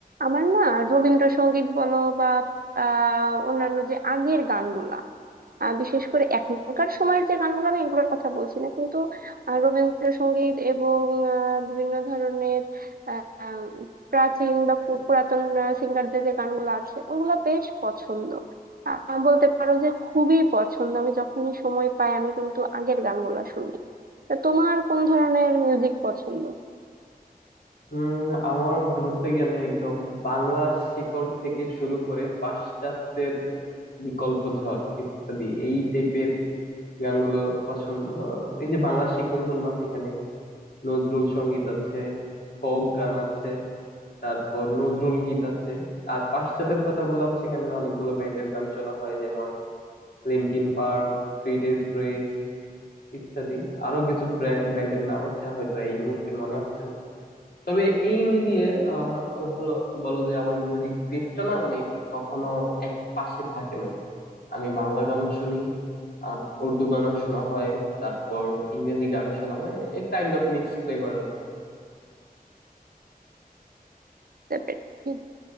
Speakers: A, on the right; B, on the left.
A: আমার না রবীন্দ্রসঙ্গীত বলো বা আহ অন্যান্য যে আগের গানগুলা আহ, বিশেষ করে এখনকার সময়ের যে গানগুলো আমি এগুলোর কথা বলছি না কিন্তু আহ, রবীন্দ্রসঙ্গীত এবং আহ, বিভিন্ন ধরনের আহ, প্রাচীন বা পু- পুরাতন সিঙ্গারদের যে গানগুলো আছে ওগুলো বেশ পছন্দ আহ, বলতে পারো যে খুবই পছন্দ আমি যখনই সময় পাই আমি কিন্তু আগের গানগুলো শুনি তা তোমার কোন ধরনের মিউজিক পছন্দ
B: হুম আমার ধরতে গেলে একদম বাংলার শিকড় থেকে শুরু করে পাশ্চাত্যের বিকল্প ঝড় ইত্যাদি এই টাইপের গানগুলো পছন্দ আহ, এই যে বাংলার শিকড় বললাম এখানে নজরুল সঙ্গীত আছে ফোক গান আছে তারপর নজরুল গীত আছে আর পাশ্চাত্যের কথা বললাম সেখানে অনেকগুলো ব্যান্ডের গান শোনা হয় যেমন Linkin Park Three Days Grace ইত্যাদি আরো কিছু ব্যান্ডের নাম আছে হয়তো এই মুহূর্তে মনে আসছে না তবে এই মিলিয়ে আহ হলো বলো যে আমার মিউজিক টেস্টটা না মানে কখনো এক পাশে থাকে নাই আমি বাংলা গানও শুনি আম, উর্দু গানও শোনা হয় তারপর ইংরেজি গানও শোনা হয় A kind of mix flavour আর কি
A: বুঝতে পেরেছি